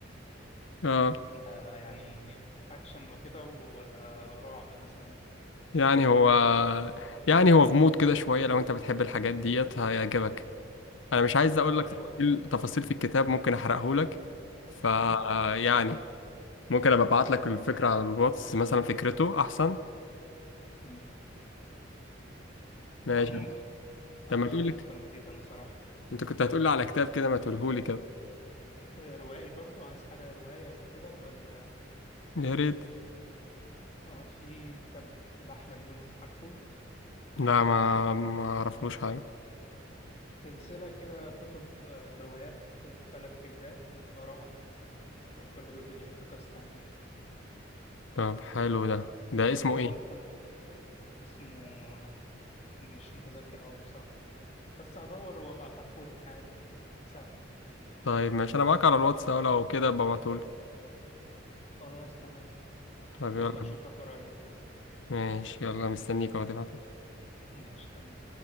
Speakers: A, on the left (about 75°); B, on the left (about 35°).
A: اه
B: ده يعني أكشن وكده ولا رعب مثلا
A: يعني هو يعني هو غموض كده شوية لو انت بتحب الحاجات ديت هيعجبك انا مش عايز اقول لك
B: رواية
A: تفاصيل تفاصيل في الكتاب ممكن احرقه لك ف
B: مم.
A: يعني ممكن ابقى ابعت لك الفكرة على الواتس مثلا فكرته احسن
B: مم.
A: ماشي
B: أه ممكن
A: طب
B: آه،
A: ما تقول
B: أبقى مهتم
A: لك
B: جدا بصراحة
A: انت كنت هتقول لي على كتاب كده ما تقوله لي كده
B: آه، روائي برضو عايز حاجة رواية وكده ولا
A: يا ريت
B: أه في كتاب لأحمد يونس عارفه
A: لا ما ما اعرفلوش حاجة
B: سلسلة كده كتب آه، روايات تلات أجزاء بتبقى رعب وكل جزء بيحكي قصة يعني
A: طب حلو ده ده اسمه
B: لو
A: ايه
B: أنت م- اسمه مش متذكر أوي بصراحة بس هدور وأبقى أبعتهولك عادي يعني سهل
A: طيب ماشي انا معاك على الواتس أهو، لو كده ابقى ابعتهولي
B: خلاص تمام
A: طب
B: وأبقى
A: يلا
B: أشوفك قريب كده
A: ماشي يلا مستنيك اهو تبعته
B: ماشي تمام